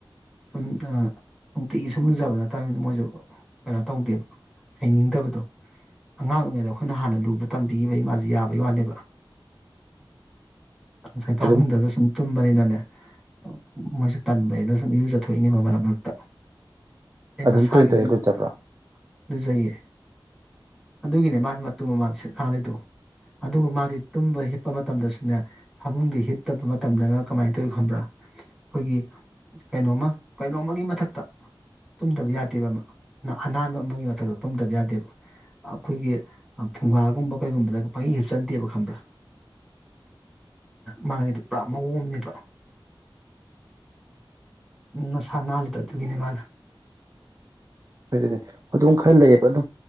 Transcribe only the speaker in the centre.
ꯁꯨꯝ ꯅꯨꯡꯇꯤꯒꯤ ꯁꯨꯝ ꯂꯨꯖꯕ ꯅꯠꯇꯕꯅꯤꯅ ꯃꯣꯏꯁꯨ ꯀꯩꯅꯣ ꯇꯧꯗꯦꯕ ꯍꯩꯅꯤꯡꯗꯕꯗꯣ ꯑꯉꯥꯡ ꯑꯣꯏꯔꯤꯉꯩꯗ ꯑꯩꯈꯣꯏꯅ ꯍꯥꯟꯅ ꯂꯨꯕ ꯇꯝꯕꯤꯈꯤꯕ ꯏꯃꯥꯁꯦ ꯌꯥꯕꯒꯤ ꯋꯥꯅꯦꯕ ꯉꯁꯥꯏ ꯐꯥꯕꯨꯡꯗꯁꯨ
ꯁꯨꯝ ꯇꯨꯝꯕꯅꯤꯅꯅꯦ ꯃꯣꯏꯁꯨ ꯇꯕꯩ ꯑꯗ ꯁꯨꯝ ꯏꯨ ꯆꯠꯊꯣꯛꯏꯅꯦꯕ ꯃꯔꯛ ꯃꯔꯛꯇ ꯑꯩ
ꯃꯁꯥꯒꯤꯁꯨ
ꯑꯣꯏꯅ
ꯂꯨꯖꯩꯌꯦ ꯑꯗꯨꯒꯤꯅꯦ ꯃꯥꯅ ꯃꯇꯨ ꯃꯃꯥꯟ ꯁꯤꯠ ꯅꯥꯍꯜꯂꯤꯗꯣ ꯑꯗꯨꯒ ꯃꯥꯗꯤ ꯇꯨꯝꯕ ꯍꯤꯞꯄ ꯃꯇꯝꯗꯁꯨꯅꯦ ꯐꯃꯨꯡꯗꯤ ꯍꯤꯞꯇꯕ ꯃꯇꯝꯗꯅ ꯀꯃꯥꯏꯅ ꯇꯧꯏ ꯈꯪꯕ꯭ꯔꯥ ꯑꯩꯈꯣꯏꯒꯤ ꯀꯩꯅꯣꯃ ꯀꯩꯅꯣ ꯑꯃꯒꯤ ꯃꯊꯛꯇ ꯇꯨꯝꯗꯕ ꯌꯥꯗꯦꯕ ꯑꯃ ꯑꯅꯥꯟꯕ ꯑꯃꯒꯤ ꯃꯊꯛꯇ ꯇꯨꯝꯗꯕ ꯌꯥꯗꯦꯕ ꯑꯩꯈꯣꯏꯒꯤ ꯐꯨꯡꯒꯥꯒꯨꯝꯕ ꯀꯩꯒꯨꯝꯕꯗ ꯄꯒꯤ ꯍꯦꯞꯆꯟꯗꯦꯕ ꯈꯪꯕ꯭ꯔꯥ ꯃꯥꯒꯤꯗꯤ ꯄꯨꯔꯥ ꯃꯑꯣꯡ ꯑꯃꯅꯦꯕ ꯅꯁꯥ ꯅꯥꯜꯂꯤꯦꯗ ꯑꯗꯨꯒꯤꯅꯦ ꯃꯥꯅ